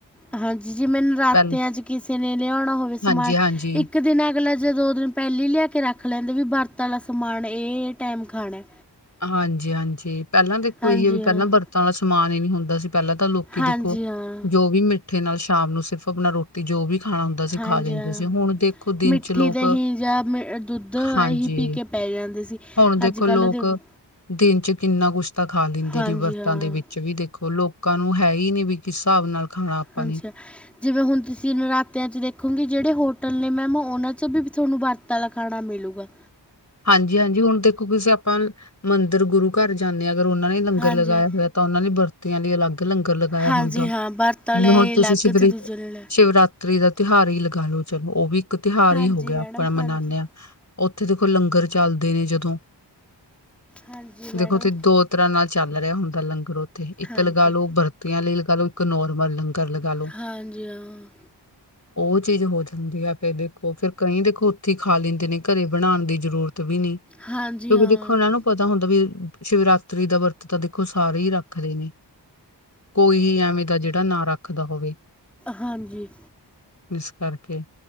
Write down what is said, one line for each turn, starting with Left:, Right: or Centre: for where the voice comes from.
Centre: ਹਾਂਜੀ ਜੀ ਜਿਵੇ ਨਰਾਤਿਆਂ
Left: ਪਹਿਲ
Centre: ਚ ਕਿਸੇ ਨੇ ਲਿਆਉਣਾ ਹੋਵੇ ਸਮਾਨ
Left: ਹਾਂਜੀ ਹਾਂਜੀ
Centre: ਇੱਕ ਦਿਨਾਂ ਅਗਲਾ ਜੇ ਦੋ ਦਿਨ ਪਹਿਲੀ ਲਿਆ ਕੇ ਰੱਖ ਲੈਂਦੇ ਵੀ ਵਰਤ ਵਾਲਾ ਸਮਾਨ ਇਹ - ਇਹ ਟਾਈਮ ਖਾਣਾ।
Left: ਹਾਂਜੀ -ਹਾਂਜੀ ਪਹਿਲਾਂ ਦੇਖੋ
Centre: ਹਾਂਜੀ
Left: ਇਹੀ ਹੈ ਵੀ
Centre: ਹਾਂ,
Left: ਪਹਿਲਾਂ ਵਰਤਾਂ ਵਾਲਾ ਸਮਾਨ ਹੀ ਨੀ ਹੁੰਦਾ ਸੀ। ਪਹਿਲਾਂ ਤਾਂ ਲੋਕੀ
Centre: ਹਾਂਜੀ
Left: ਦੇਖੋ,
Centre: ਹਾਂ,
Left: ਜੋ ਵੀ ਮਿੱਠੇ ਨਾਲ ਸ਼ਾਮ ਨੂੰ ਸਿਰਫ ਆਪਣਾ ਰੋਟੀ ਜੋ ਵੀ ਖਾਣਾ ਹੁੰਦਾ ਸੀ
Centre: ਹਾਂਜੀ
Left: ਖਾ ਲੈਂਦੇ
Centre: ਹਾਂ
Left: ਸੀ ਹੁਣ ਦੇਖੋ ਦਿਨ
Centre: ਮਿੱਠੀ
Left: 'ਚ ਲੋਕ
Centre: ਦੇਹੀਂ ਜਾਂ ਮ ਦੁੱਧ ਇਹੀ
Left: ਹਾਂਜੀ
Centre: ਪੀ ਕੇ ਪੈ ਜਾਂਦੇ ਸੀ।
Left: ਹੁਣ ਦੇਖੋ
Centre: ਅੱਜ-ਕੱਲ੍ਹ
Left: ਲੋਕ,
Centre: ਦੇਖ ਲੋ
Left: ਦਿਨ ਚ ਕਿੰਨਾ ਕੁਛ ਰ ਖਾ ਲੈਂਦੇ
Centre: ਹਾਂਜੀ
Left: ਨੇ ਵਰਤਾਂ
Centre: ਹਾਂ,
Left: ਦੇ ਵਿੱਚ ਵੀ ਦੇਖੋ ਲੋਕਾਂ ਨੂੰ ਹੈ ਹੀ ਨੇ ਵੀ ਕਿਸ ਹਿਸਾਬ ਨਾਲ ਖਾਣਾ ਆਪਾਂ
Centre: ਹਾਂਜੀ
Left: ਨੇ
Centre: ਹਾਂ ਜਿਵੇਂ ਹੁਣ ਤੁਸੀਂ ਨਰਾਤਿਆਂ ਚ ਦੇਖੋਗੇ ਜਿਹੜੇ ਹੋਟਲ ਨੇ ਮੈਮ ਉਹਨਾਂ 'ਚ 'ਚ' ਵੀ ਤੁਹਾਨੂੰ ਵਰਤ ਵਾਲਾ ਖਾਣਾ ਮਿਲੇਗਾ।
Left: ਹਾਂਜੀ -ਹਾਂਜੀ ਹੁਣ ਦੇਖੋ ਕਿਸੇ ਆਪਾਂ ਮੰਦਿਰ ਗੁਰੂ ਘਰ ਜਾਂਦੇ ਹਾਂ ਅਗਰ ਉਹਨਾਂ ਨੇ ਲੰਗਰ
Centre: ਹਾਂਜੀ
Left: ਲਗਾਇਆ
Centre: ਹਾਂ,
Left: ਹੋਇਆ ਤਾਂ ਉਹਨਾਂ ਦੀ ਬਰਤੀਆਂ ਲਈ ਅਲੱਗ ਲੰਗਰ ਲ ਗਾਇਆ
Centre: ਹਾਂਜੀ
Left: ਹੁੰਦਾ,
Centre: ਹਾਂ, ਵਰਤ ਆਲੇ
Left: ਜਿਵੇਂ ਹੁਣ
Centre: ਅਲੱਗ
Left: ਤੁਸੀਂ ਸ਼ਿਵ
Centre: ਤੇ ਦੂਜੇ ਲਈ ਅਲੱਗ।
Left: ਸ਼ਿਵਰਾਤ ਤਰੀ ਦਾ ਤਿਉਹਾਰ ਹੀ ਲਗਾ ਲਓ, ਚਲੋ ਉਹ ਵੀ ਇੱਕ ਤਿਉਹਾਰ
Centre: ਹਾਂਜੀ
Left: ਹੀ ਹੋ ਗਿਆ
Centre: ਮੈਡਮ
Left: ਆਪਣਾ ਮਨਾਉਂਦੇ
Centre: ਹਾਂਜੀ
Left: ਹਾਂ। ਉੱਥੇ ਦੇਖੋ ਲੰਗਰ ਚੱਲਦੇ ਨੇ ਜਦੋਂ
Centre: ਹਾਂਜੀ
Left: ਦੇਖੋ
Centre: ਮੈਡਮ
Left: ਉਥੇ ਦੋ ਤਰ੍ਹਾਂ ਨਾਲ ਚੱਲ ਰਿਹਾ ਹੁੰਦਾ ਲੰਗਰ ਉੱਥੇ, ਇੱਕ
Centre: ਹਾਂਜੀ
Left: ਲਗਾ ਲਓ ਬਰਤ ਆਂ ਲਈ ਲਗਾ ਲਓ ਇੱਕ ਨੋਰਮਲ ਲੰਗਰ ਲਗਾ ਲਓ।
Centre: ਹਾਂਜੀ ਹਾਂ
Left: ਉਹ ਚੀਜ਼ ਹੋ ਜਾਂਦੀ ਆ ਫੇਰ ਦੇਖੋ ਫਿਰ ਕਈ ਦੇਖੋ ਉੱਥੇ ਖਾ ਲੈਦੇ ਨੇ ਘਰੇ ਬਣਾਣ ਦੀ ਜ਼ਰੂਰਤ ਵੀ ਨਹੀਂ,
Centre: ਹਾਂਜੀ
Left: ਕਿਉਂਕਿ
Centre: ਹਾਂ
Left: ਦੇਖੋ ਇਹਨਾਂ ਨੂੰ ਪਤਾ ਹੁੰਦਾ ਵੀ ਸ਼ਿਵਰਾਤਰੀ ਦਾ ਵਰਤ ਤਾਂ ਦੇਖੋ ਸਾਰੇ ਹੀ ਰੱਖਦੇ ਨੇ। ਕੋਈ ਹੀ ਐਵੇਂ ਦਾ ਜਿਹੜਾ ਨਾ ਰੱਖਦਾ ਹੋਵੇ।
Centre: ਹਾਂਜੀ।
Left: ਇਸ ਕਰਕੇ